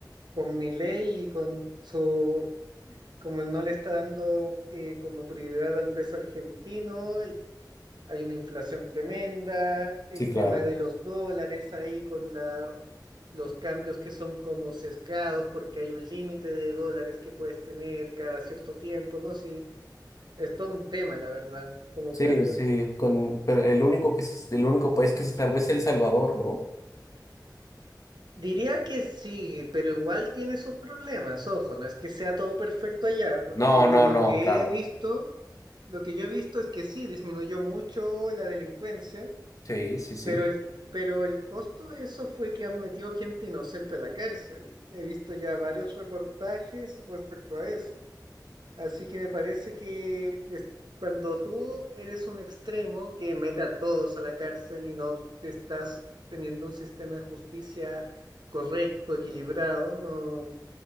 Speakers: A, on the right; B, on the left.
A: con mi ley y con su, como él no le está dando eh, como prioridad al peso argentino, el- hay una inflación tremenda, el
B: Sí, claro.
A: tema de los dólares ahí con la, los cambios que son como sesgados porque hay un límite de dólares que puedes tener cada cierto tiempo, ¿no? Sí, es todo un tema, la verdad, como
B: Sí,
A: puedes ver.
B: sí, con, pero el único que se- el único país que se salva es El Salvador, ¿no?
A: Diría que sí, pero igual tiene sus problemas, ojo, no es que sea todo perfecto allá, porque
B: No,
A: por
B: no,
A: lo
B: no,
A: que
B: claro.
A: he visto, Lo que yo he visto es que sí, disminuyó mucho la delincuencia,
B: Sí, sí, sí.
A: pero el, pero el costo de eso fue que han metido gente inocente a la cárcel. He visto ya varios reportajes respecto a eso. Así que me parece que es- cuando tú eres un extremo que mete a todos a la cárcel y no te estás teniendo un sistema de justicia correcto, equilibrado, no,